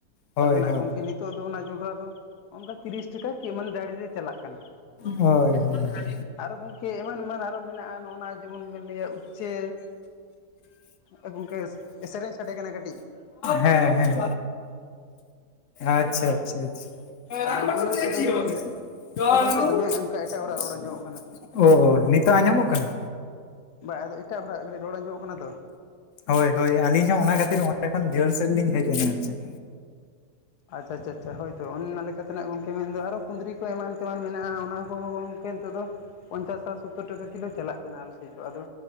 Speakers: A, on the left; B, on the left.
A: ᱦᱳᱭ
B: ᱛᱟᱞᱦᱮ
A: ᱦᱳᱭ
B: ᱱᱟᱜ ᱜᱚᱝᱠᱮ ᱱᱤᱛᱚᱜ ᱫᱚ ᱚᱱᱟ ᱡᱚᱱᱰᱨᱟ ᱫᱚ ᱚᱱᱠᱟ ᱛᱤᱨᱤᱥ ᱴᱟᱠᱟ ᱠᱤ ᱢᱟᱱᱮ ᱰᱟᱸᱲᱤ ᱨᱮ ᱪᱟᱞᱟᱜ ᱠᱟᱱᱟ᱾
A: ᱦᱳᱭ ᱦᱳᱭ
B: ᱟᱨᱚ ᱜᱚᱝᱠᱮ ᱮᱢᱟᱱ ᱮᱢᱟᱱ ᱟᱨᱚ ᱢᱮᱱᱟᱜᱼᱟ ᱱᱚᱜᱼᱱᱟ ᱡᱮᱢᱚᱱ ᱵᱮᱱ ᱞᱟᱹᱭᱟ ᱩᱪᱪᱟᱹ ᱮ ᱜᱚᱝᱠᱮ ᱮ ᱥᱮᱨᱮᱧ ᱥᱟᱰᱮ ᱠᱟᱱᱟ ᱠᱟᱹᱴᱤᱡ᱾
A: ᱦᱮᱸ ᱦᱮᱸ᱾ ᱟᱪᱪᱷᱟ
B: ᱟᱫᱚ
A: ᱟᱪᱪᱷᱟ ᱟᱪᱪᱷᱟ᱾ <unintelligible>
B: ᱟᱫᱚ ᱱᱚᱜᱼᱚ ᱱᱚᱣᱟ ᱠᱚᱫᱚ ᱡᱮᱢᱚᱱ ᱮ ᱜᱚᱝᱠᱮ ᱫᱚᱢᱮ ᱚᱱᱠᱟ ᱮᱴᱟᱜ ᱦᱚᱲᱟᱜ ᱨᱚᱲ ᱟᱸᱡᱚᱢᱚᱜ ᱠᱟᱱᱟ
A: ᱚ ᱱᱤᱛᱚᱜ ᱟᱸᱡᱚᱢᱚᱜ ᱠᱟᱱᱟ?
B: ᱵᱟ ᱟᱫᱚ ᱮᱴᱟᱜ ᱦᱚᱲᱟᱜ ᱠᱟᱴᱤᱡ ᱨᱚᱲ ᱟᱸᱡᱚᱢᱚᱜ ᱠᱟᱱᱟ ᱛᱚ᱾
A: ᱦᱳᱭ ᱦᱳᱭ ᱟᱹᱞᱤᱧ ᱦᱚᱸ ᱚᱱᱟ ᱠᱷᱟᱹᱛᱤᱨ ᱚᱸᱰᱮ ᱠᱷᱚᱱ ᱡᱷᱟᱹᱞ ᱥᱮᱫ ᱞᱤᱧ ᱦᱮᱡ ᱮᱱᱟ ᱟᱨ ᱪᱮᱫ᱾
B: ᱟᱪᱪᱷᱟ ᱪᱷᱟ ᱪᱷᱟ ᱦᱳᱭ ᱛᱚ ᱚᱱᱱᱟ ᱞᱮ ᱛᱮᱱᱟᱜ ᱜᱚᱝᱠᱮ ᱢᱮᱱᱫᱚ ᱟᱨᱚ ᱠᱩᱸᱫᱽᱨᱤ ᱠᱚ ᱮᱢᱟᱱ ᱛᱮᱢᱟᱱ ᱢᱮᱱᱟᱜᱼᱟ ᱚᱱᱟ ᱠᱚᱦᱚᱸ ᱜᱚᱝᱠᱮ ᱱᱤᱛᱚᱜ ᱫᱚ ᱯᱚᱧᱪᱟᱥ ᱴᱟᱠᱟ ᱥᱚᱛᱛᱳᱨ ᱴᱟᱠᱟ ᱠᱤᱞᱳ ᱪᱟᱞᱟᱜ ᱠᱟᱱᱟ ᱟᱞᱮ ᱥᱮᱫ ᱫᱚ ᱟᱫᱚ